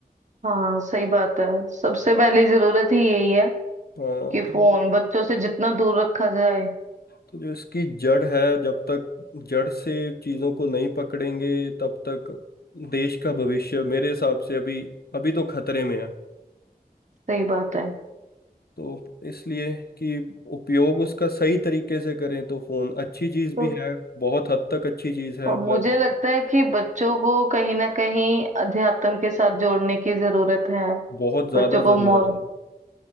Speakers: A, on the right (about 50°); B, on the left (about 80°).
A: हाँ सही बात है सबसे पहली जरूरत ही यही है
B: हाँ
A: कि फोन
B: तो
A: बच्चों से जितना दूर रखा जाए
B: तो जो इसकी जड़ है जब तक जड़ से चीजों को नहीं पकड़ेंगे तब तक देश का भविष्य मेरे हिसाब से अभी अभी तो खतरे में है
A: सही बात है
B: तो इसलिए कि उपयोग उसका सही तरीके से करें तो फोन अच्छी चीज
A: तो
B: भी है बहुत हद तक अच्छी चीज है
A: अ, मुझे
B: पर
A: लगता है कि बच्चों को कहीं ना कहीं अध्यात्म के साथ जोड़ने की जरूरत है
B: बहुत ज्यादा
A: बच्चों को
B: जरूरत
A: मोर
B: है